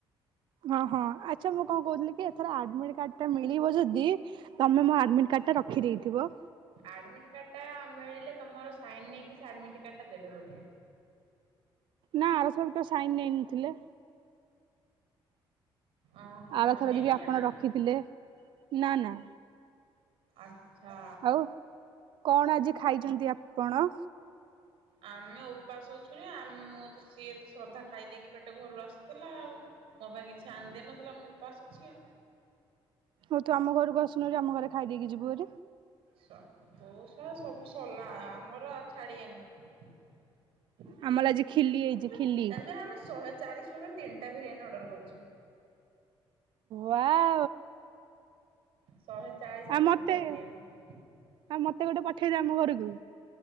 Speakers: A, on the right; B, on the right.
A: ଓଁ ହଁ ଆଚ୍ଛା ମୁଁ କଣ କହୁଥିଲି କି ଏଥର ଆଡମିଟ କାର୍ଡ ଟା ମିଳିବ ଯଦି ତମେ ମୋ ଆଡ଼ମିଟ୍ କାର୍ଡ଼ଟା ରଖିଦେଇଥିବ।
B: ଆଡମିଟ କାର୍ଡ ଟା ମିଳିଲେ ତମର ସାଇନ ନେଇକି ସେ ଆଡମିଟ କାର୍ଡ ଟା ଦେବେ ବୋଧେ।
A: ନା ଆର ଥରକ ତ ସାଇନ ନେଇନଥିଲେ।
B: ଓହଁ
A: ଆଉଥର
B: ନେଇନଥିଲେ
A: କି ବି ଆପଣ
B: ନା
A: ରଖିଥିଲେ ନା ନା।
B: ଆଛା।
A: ଆଉ କଣ ଆଜି ଖାଇଛନ୍ତି ଆପଣ?
B: ଆମେ ଉପାସ ଅଛୁରେ ଆମ ମୁଁ ସିଏ ଏ ତେ ଶ୍ରଦ୍ଧା ଖାଇ ଦେଇକି ପେଟ ଘରୁ ଆସିଥିଲା ଆଉ। ମୋ ପାଇଁ କି ଆଣିଦେଇ ନଥିଲା ମୁ ଉପାସ୍ ଅଛି ଆଉ।
A: ହଉ ତୁ ଆମ ଘରକୁ ଆସନୁ ହାରି ଆମ ଘରେ ଖାଇ ଦେଇକି ଯିବୁ ହାରି।
B: ସବୁ ସାଲା ସବୁ ସଲା ଆମର ଆଉ ଛାଡିିବେନି। ଜାଣିଚୁ
A: ଆମର ଆଜି ଖିଲି ହେଇଛି ଖିଲି
B: ନା ଆମେ ଶହେ ଚାଳିଶ ଟଙ୍କାରେ ତିନିଟା ବିରିୟାନୀ ଅର୍ଡର କରିଛୁ।
A: ୱାଓ।
B: ଶହେ ଚାଳିଶ
A: ଆଉ
B: ତିନଟା
A: ମତେ
B: ବିରିୟାନୀ।
A: ଆଉ ମତେ ଗୋଟେ ପଠେଇ ଦିଅ ଆମ ଘରକୁ।